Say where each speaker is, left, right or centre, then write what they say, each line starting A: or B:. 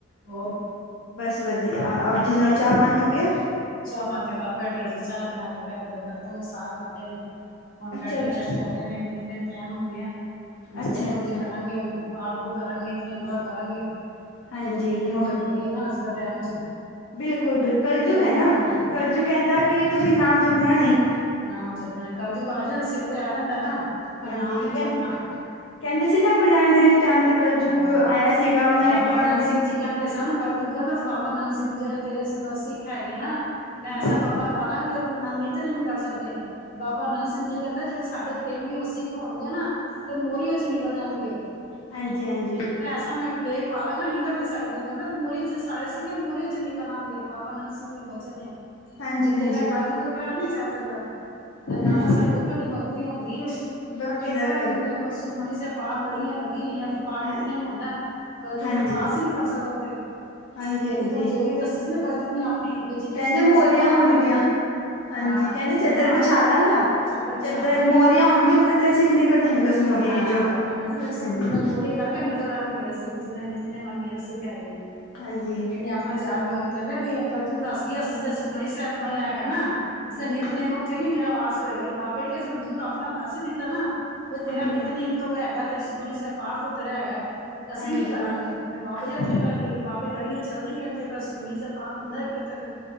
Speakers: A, on the left; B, on the left.
A: ਹੋਰ
B: ਬਸ ਵਧੀਆ ਆਪ ਜੀ
A: ਹਾਂ
B: ਦਾ ਚਾਹ ਪਾਣੀ ਹੋ ਗਿਆ।
A: ਚਾਹ ਪਾਣੀ ਤੇ ਕਰ ਬੈਠੀ ਅਸੀ ਚਾਹ ਬਣਾਈ ਬੈਲ ਫਿਰ ਬਰਤਨ ਸਾਫ਼ ਕੀਤੇ ਨੇ ਹੁਣ
B: ਅੱਛਾ
A: ਬੈਠੇ
B: ਅੱਛਾ
A: ਅਰੈਸਟ ਕਰਦੇ ਨੇ ਨਿਤ ਨੇਮ ਦਾ ਟਾਈਮ ਹੋ ਗਿਆ ਆ ਜੋਤ
B: ਅੱਛਾ
A: ਬੱਤੀ
B: ਅੱਛਾ
A: ਕਰਾਂਗੇ ਉਹਨੂੰ ਪਾਡ ਵੂਡ ਕਰਾਂਗੇ ਨਿੱਤ ਨੇਮ ਥੋੜ੍ਹਾ ਕਰਾਂਗੇ
B: ਹਾਂਜੀ
A: ਤਾਂ ਨਿਤਨੇਮ
B: ਹੋ
A: ਨੂੰ ਜ਼ਰੂਰੀ ਹੈ ਨਾ ਅਜ ਕਲ ਟਾਈਮ 'ਚ
B: ਬਿਲਕੁਲ ਬਿਲਕੁਲ ਕਲਯੁਗ
A: ਮੈਂ ਵੀ
B: ਹੈ।
A: ਕਰਨਾ
B: ਨਾ
A: ਜੀ
B: ਕਲਯੁਗ ਕਹਿੰਦਾ ਕਿ ਤੁਸੀ ਨਾਮ ਜਪਣਾ ਨਹੀ
A: ਨਾਮ ਜਪਣਾ ਕਲਜੁਗ ਆ ਜਾਂ ਸਿਰ ਤੇ ਆ ਜਾਂਦਾ ਨਾ ਬ
B: ਹਾਂਜੀ
A: ਨਾਮ ਨਹੀ ਜਪਣਾ
B: ਕਹਿੰ ਕਹਿੰਦੇ ਸੀ ਨਾ ਗੁਰੂ ਨਾਨਕ ਦੇਵ ਜੀ ਟਾਈਮ ਤੇ ਕਲਯੁਗ
A: ਹਾਂ
B: ਆਇਆ ਸੀਗਾ ਉਹਨਾਂ
A: ਬਾਬਾ
B: ਨੇ ਕਿਹਾ
A: ਨੰਦ
B: ਤੇ
A: ਸਿੰਘ ਜੀ ਕਹਿੰਦੇ ਸਨ ਕੱਲਜੂਗ ਕਹਿੰਦਾ ਸੀ ਬਾਬਾ ਨੰਦ ਸਿੰਘ ਜਿਹੜੇ ਤੇਰੇ ਸਿੱਖ ਹੈਗੇ ਨਾ ਮੈਂ ਐਸਾ
B: ਹਾਂਜੀ
A: ਪੜ੍ਹਦਾ ਪਾ ਦਵਾਂਗਾ ਕਿ ਮਨ ਵਿਚ ਉਤਰ ਨਹੀ ਸਕਦੇ ਬਾਬਾ ਅਨੰਦ ਸਿੰਘ ਜੀ ਕਹਿੰਦੇ ਜਿਹੜੇ ਸਾਡੇ ਪ੍ਰੇਮੀ ਉਹ ਸਿੱਖ ਹੋਣਗੇ ਨਾ ਤੇ ਮੋਹਰੀਓ 'ਚ ਨਿਕਲ ਜਾਣਗੇ
B: ਹਾਂਜੀ ਹਾਂਜੀ
A: ਮੈਸ ਮੈਂ ਲੇਪ ਪਾ ਦਵਾਂਗਾ ਨਿਕਲ ਨਹੀ ਸਕਦੇ ਉਹ ਕਹਿੰਦੇ ਮੂਹਰੇ ' ਸਾਰੇ ਸਿੱਖ ਮੂਹਰੇ 'ਚ ਨਿਕਲ ਆਉਣਗੇ ਬਾਬਾ ਨੰਦ ਸਿੰਘ ਦੇ ਬਚਨ ਨੇ,
B: ਹਾਂਜੀ
A: ਤੇਰਾ
B: ਹਾਂਜੀ
A: ਕਲਯੁਗ ਦਾ ਪੈਰਾ ਨਹੀ ਚੱਲ ਸਕਦਾ ਨਾਨਕ
B: ਹਾਂਜੀ
A: ਸਾਹਿਬ ਦੇੇਖੋ ਡੀ ਭਗਤੀ ਹੋਦੀ ਏ
B: ਬੱਤੀ
A: ਅੱਠੇ
B: ਦਾ
A: ਪੈਰ
B: ਘਰ
A: ਸੁਖਮਨੀ ਸਾਹਿਬ ਪਾਰ ਲੜੀਆਂ ਲੱਗੀ ਹੋਈਆਂ ਤੇ ਤਾਂ ਨਿਤਨੇਮ
B: ਹਾਂ
A: ਹੁੰਦਾ ਕਲਯੁਗ
B: ਹਾਂਜੀ
A: ਕੋ ਵਾਸ ਹੀ ਨੀ ਕਰ ਸਕਦਾ ਉਥੇ,
B: ਹਾਂਜੀ
A: ਇਹਦੀ
B: ਹਾਂਜੀ
A: ਕਮਜ਼ੋਰੀ ਦੱਸੀ ਸੀ ਨਾ ਕਲਯੁਗ ਨੇ ਆਪਣੀ, ਫਿਰ ਜਿੱਥੇ
B: ਕਹਿੰਦੇ
A: ਸੁਖਮਨੀ
B: ਮੋਰੀਆਂ
A: ਸਾਹਿਬ ਪਾਠ
B: ਹੋਣਗੀਆਂ
A: ਹੋਏਗਾ ਨਾ-
B: ਹਾਂਜੀ,
A: ਹਾਂ
B: ਕਹਿੰਦੇ
A: ਜਿੱਥੇ
B: ਚਦਰ
A: ਪਾਠ
B: ਵਿਛਾ ਦਵਾਂਗਾ।
A: ਚੱਦਰ ਵਿਛਾ
B: ਚਦਰ
A: ਦਾਂਗਾ।
B: ਮੋਹਰੀਆਂ ਹੋਣਗੀਆਂ ਮਤਲਬ ਤੇਰੇ ਸਿਖ ਨਿਕਲ ਜਾਣਗੇ ਉਸ ਮੋਰੀਆਂ
A: ਹਾਂ
B: ਚ,
A: ਬਾਬਾ ਨੇ ਸੁਖ
B: ਹਾਂਜੀ।
A: ਨਿਕਲ ਮੋਰੀ ਕਰਕੇ ਨਿਕਲ ਆਉਣਗੇ ਮੇਰਾ ਸਿੱਖ ਜਿੰਨਾ ਨਿੱਤਨੇਮ ਮਨ ਮੇਰਾ ਸਿੱਖ ਹੈਗੇ ਨੇ।
B: ਹਾਂਜੀ।
A: ਇਹਨੇ ਆਪਣਾ ਯਾਦ ਨਾਲ ਕਹਿੰਦਾ ਵੀ ਕਲ ਯੁਗ ਦੱਸ ਗਿਆ ਸੀ ਸੁਖਮਨੀ ਸਾਹਿਬ ਮੈਂ ਹੈਗਾ ਨਾ। ਜਿਹਦਾ
B: ਹਮ
A: ਨਿਤਨੇਮ
B: ਹਮ
A: ਉਥੇ ਨਹੀਂ ਮੇਰਾ ਵਾਸ ਹੋਏਗਾ, ਬਾਬਾ ਜੀ ਕਹਿੰਦੇ ਤੂੰ ਆਪਣਾ ਦੱਸ ਹੀ ਦਿੱਤਾ ਨਾ। ਬਈ ਤੇਰਾ
B: ਹਮ
A: ਨਿੱਤਨੇਮ
B: ਹਮ
A: ਤਾਂ ਹੈਗਾ ਤੇਰੇ ਸੁਖਮਨੀ ਸਾਹਿਬ। ਪਾਠ ਤੋਂ ਤੇਰੇ ਹੈਗਾ ਤੇ ਅਸੀਂ
B: ਹਾਂਜੀ
A: ਉਹੀ ਕਰਾਂਗੇ ਫ਼ਿਰ ਬਾਬਾ ਜੀ ਇੱਥੇ
B: ਹਾਂ
A: ਬਹਿਣਗੇ। ਬਾਬੇ ਲੜੀਆਂ- ਚੱਲਦੀ ਪਈ ਏ ਉੱਥੇ, ਬਸ ਸੁਖਮਨੀ ਦਾ ਪਾਠ ਹੁੰਦਾ ਹੀ ਪਿਆ ਉੱਥੇ ਤੇ।